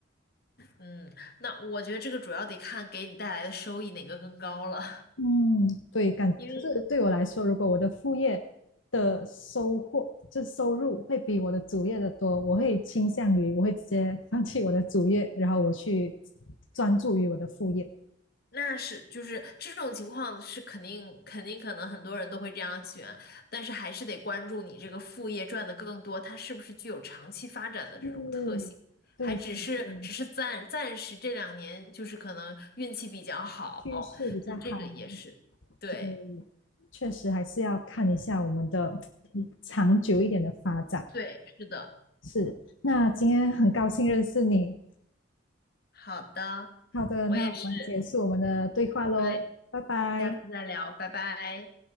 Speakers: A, on the left; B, on the left.
A: 嗯，那我觉得这个主要得看给你带来的收益哪个更高了，
B: 嗯，对，感，
A: <laughs> 因为
B: 可是对我来说，如果我的副业的收获，就收入会比我的主业的多，我会倾向于我会直接放弃我的主业，然后我去专注于我的副业。
A: 那是就是这种情况是肯定肯定可能很多人都会这样选，但是还是得关注你这个副业赚的更多，它是不是具有长期发展的这种特性，
B: 嗯，对对对。
A: 还只是只是暂暂时这两年就是可能运气比较好，
B: 趋势比较好。
A: 就是这个也是，对
B: 对，确实还是要看一下我们的嗯长久一点的发展。
A: 对，是的，
B: 是，那今天很高兴认识你。
A: 好的，
B: 好的，
A: 我也是，
B: 那我们结束我们的对话喽，
A: 对，
B: 拜拜。
A: 下次再聊，拜拜。